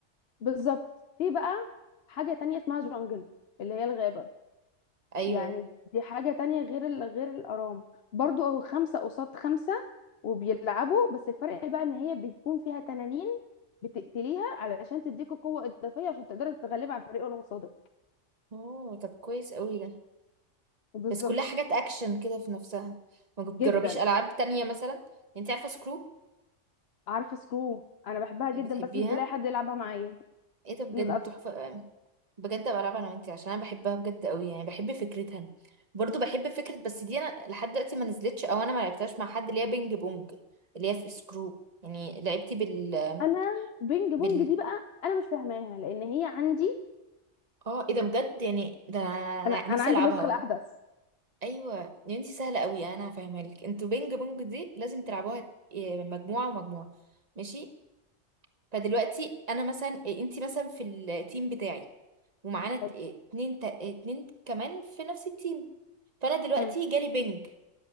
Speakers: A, on the left; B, on the right.
A: بالظبط في بقى حاجة تانية اسمها جونجل اللي هي الغابة
B: ايوه
A: يعني دي حاجة تانية غير ال... غير الأرام برضو اهو خمسة قصاد خمسة وبيلعبوا بس الفرق بقى ان هي بتكون فيها تنانين بتقتليها علشان تديكوا قوة إضافية عشان تقدري تتغلبي على الفريق اللي قصادك
B: اه طب كويس قوي ده
A: بالظبط
B: بس كلها حاجات اكشن كده في نفسها ما بتجربيش
A: جدا
B: العاب تانية مثلا انت عارفة سكرو
A: عارفه سكرو انا بحبها جدا
B: بتحبيها
A: بس مش بلاقي حد يلعبها معايا
B: ايه ده بجد
A: للاسف
B: تحفة بجد بلعب انا وانتي عشان انا بحبها بجد قوي يعني بحب فكرتها برضو بحب فكرة بس دي انا لحد دلوقتي ما نزلتش او انا ما لعبتهاش مع حد اللي هي بينج بونج اللي هي في سكرو يعني لعبتي بال
A: انا بينج بونج
B: بال
A: دي بقى انا مش فاهماها لان هي عندي
B: اه ايه ده بجد يعني ده أنا
A: انا
B: نفسي
A: انا عندي
B: العبها
A: النسخه
B: والله
A: الاحدث
B: ايوه يا انتي سهلة قوي انا هفهمها لك انتوا بينج بونج دي لازم تلعبوها إيه، مجموعة ومجموعة ماشي فدلوقتي انا مثلا إيه، انتي مثلا في التيم بتاعي ومعانا ت-
A: حلو
B: اتنين تا- اتنين كمان في نفس التيم فانا دلوقتي
A: حلو
B: جالي بنج